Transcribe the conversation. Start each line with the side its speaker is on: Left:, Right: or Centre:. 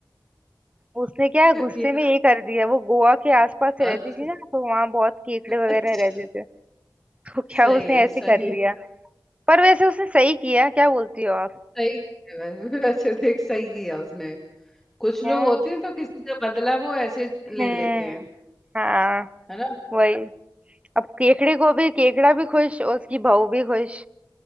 Right: उसने क्या गुस्से
Centre: ये
Right: में ये कर दिया वो गोवा के आसपास
Centre: अच्छा
Right: से रहती थी ना तो वहां बहुत केकड़े वगैरह
Centre: अच्छा
Right: रहते थे तो क्या
Centre: सही
Right: उसने
Centre: है
Right: ऐसे
Centre: सही
Right: कर लिया
Centre: है
Right: पर वैसे उसने सही किया क्या बोलती हो आप
Centre: सही है वैसे <laughs> वैसे देख सही किया उसने कुछ लोग
Right: है?
Centre: होते हैं तो किसी का बदला वो ऐसे
Right: हम्म
Centre: ले लेते हैं
Right: हाँ
Centre: है ना
Right: वही अब केकड़े को भी केकड़ा भी खुश और उसकी बहू भी खुश